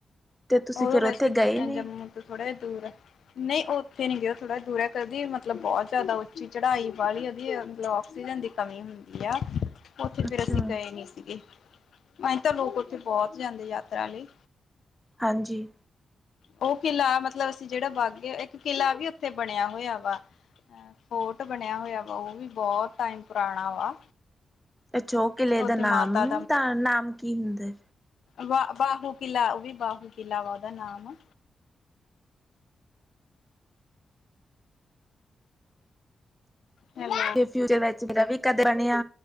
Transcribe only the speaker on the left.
ਉਹ
ਤਾਂ ਵੈਸੇ
ਜੰਮੂ ਤੋਂ ਥੋੜਾ ਜਾਂ ਦੂਰ ਐ ਨਹੀਂ ਉਹ ਉੱਥੇ ਨੀ ਗਏ ਉਹ ਥੋੜ੍ਹਾ ਦੂਰ ਐ ਕਹਦੀ ਮਤਲਬ ਬਹੁਤ ਜ਼ਿਆਦਾ ਉਚੀ ਚੜਾਈ ਵਾਲੀ ਆ ਉਹਦੀ ਆਕਸੀਜਨ ਦੀ ਕਮੀ ਹੁੰਦੀ ਆ ਉੱਥੇ
ਫੇਰ ਅਸੀਂ ਗਏ ਨਹੀਂ ਸੀਗੇ ਅਏ ਤਾਂ ਲੋਕ ਉੱਥੇ ਬਹੁਤ ਜਾਂਦੇ ਯਾਤਰਾ ਲਈ
ਉਹ ਕਿਲ੍ਹਾ ਮਤਲਬ ਅਸੀਂ ਜਿਹੜਾ ਬਾਗੇ ਇੱਕ ਕਿਲ੍ਹਾ ਵੀ ਉੱਥੇ ਬਣਿਆ ਹੋਇਆ ਵਾ। ਹੋਟ ਬਣਿਆ ਹੋਇਆ ਵਾ ਉਹ ਵੀ ਬਹੁਤ ਟਾਈਮ ਪੁਰਾਣਾ ਵਾ।
ਉੱਥੇ
ਮਾਤਾ
ਵਾਹ ਬਾਹੂ ਕਿਲ੍ਹਾ ਉਹ ਵੀ ਬਾਹੂ ਕਿਲ੍ਹਾ ਵਾ ਉਹਦਾ ਨਾਮ। ਹੈਲੋ।